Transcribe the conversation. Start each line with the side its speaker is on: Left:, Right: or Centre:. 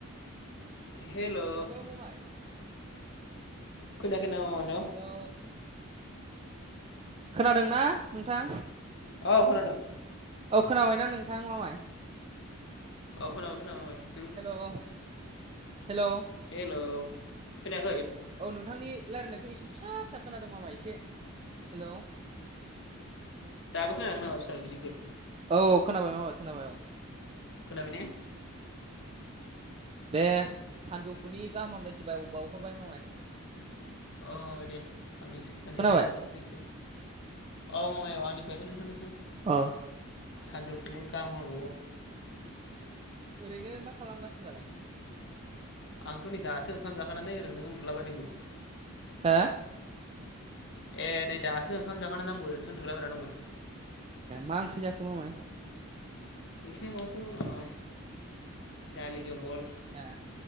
Left: हेलौ
Right: हेल' मामाय
Left: खोनायाखै नामा मामाय हेल'
Right: हेलौ खोनादोंना नोंथां?
Left: औ खोनादों।
Right: औ खोनाबायना नोंथां मामाय?
Left: औ खोनाबाय खोनाबाय उम
Right: हेल' हेल'
Left: हेल' खोनाया
Right: औ नोंथांनि रायलायनायखौ एसे फिसा फिसा खोनादों मामाय एसे हेलौ
Left: दाबो खोनायाखै नामा फिसा गिदिर गिदिर
Right: औ खोनाबाय मामा खोनाबाय औ
Left: खोनाबायना?
Right: दे सानजौफुनि गाहाम हामलायदि बाव-बावहरबाय मामाय।
Left: औ दे आंनि आंनिफ्रायबो
Right: खोनाबाय
Left: नोंथांनिसिम औ मामाय औ आंनिफ्रायबो नोंथांनिसिम।
Right: औ
Left: सानजुफुनि गाहाम हामलायनाय
Right: ओरैनो मा खालामगासिनो दालाय?
Left: आंथ' नै दासो ओंखाम जाखानानै ओरैनो उन्दुलाबायायदोंमोन।
Right: हा?
Left: ए नै दासो ओंखाम जाखांना आंबो ओरैनो उन्दुलाबायना दंमोन।
Right: मा ओंख्रि जाखो मामाय?
Left: ओंख्रिया माबासो मायथाय दालि जहल।
Right: हा?